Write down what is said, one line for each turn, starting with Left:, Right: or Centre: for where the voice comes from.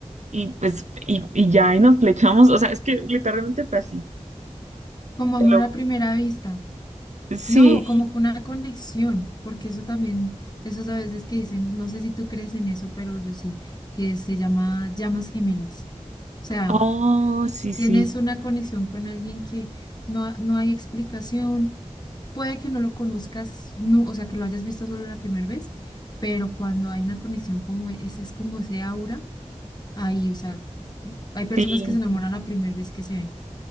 Right: y pues, y, y ya, y nos flechamos, o sea, es que literalmente fue así.
Left: como
Right: te
Left: amor
Right: lo-
Left: a primera vista.
Right: Sí,
Left: No, como que una conexión, porque eso también, esos a veces que dicen, no sé si tú crees en eso, pero yo sí, que se llama llamas gemelas. O sea,
Right: Oh, sí, sí,
Left: tienes una conexión con alguien que no, ha- no hay explicación, puede que no lo conozcas, no, o sea, que lo hayas visto solo la primera vez, pero cuando hay una conexión como e, ese, es como ese aura ahí, o sea, hay personas
Right: sí,
Left: que se enamoran la primera vez que se ven.